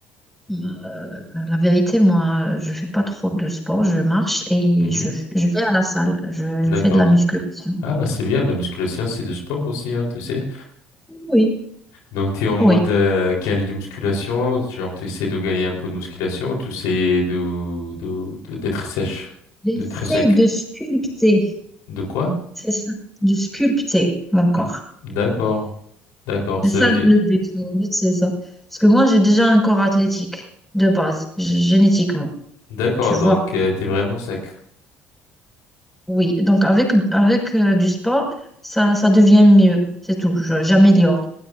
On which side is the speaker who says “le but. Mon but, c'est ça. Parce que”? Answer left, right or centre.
Centre